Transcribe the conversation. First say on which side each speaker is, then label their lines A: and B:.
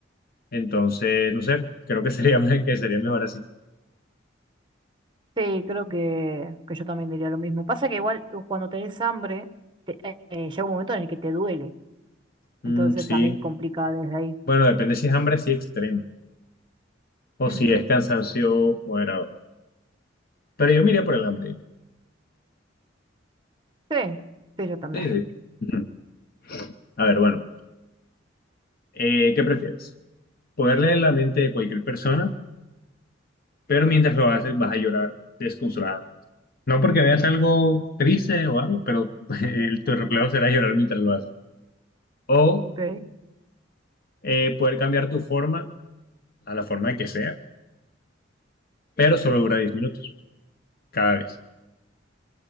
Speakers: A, on the left (about 50°); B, on the right (about 25°).
A: Entonces, no sé, creo que sería, <laughs> que sería mejor así.
B: sí, creo que, que yo también diría lo mismo. Pasa que igual u- cuando tenés hambre, te- eh, eh, llega un momento en el que te duele. Entonces
A: Mm, sí.
B: también complica desde ahí.
A: Bueno, depende si es hambre así extrema. O
B: Ujú,
A: si es cansancio moderado. Pero yo me iría por el hambre.
B: Sí, sí, yo también.
A: Sí, sí. Ujú. A ver, bueno. Eh, ¿qué prefieres? ¿Poder leer la mente de cualquier persona? pero mientras lo haces vas a llorar desconsoladamente. No porque veas algo triste o algo, pero <laughs> el- tu reflejo será llorar mientras lo haces. O
B: <laughs> Ok.
A: eh, poder cambiar tu forma a la forma que sea, pero solo dura 10 minutos cada vez.